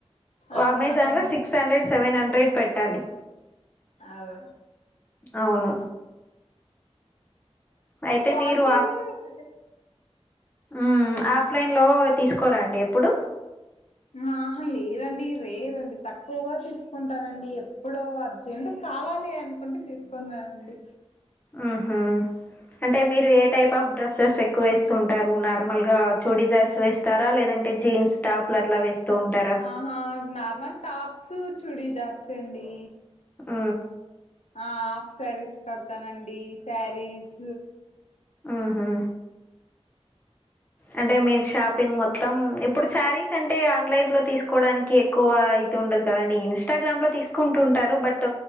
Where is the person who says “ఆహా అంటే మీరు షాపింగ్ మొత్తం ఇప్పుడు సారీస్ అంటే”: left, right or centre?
Left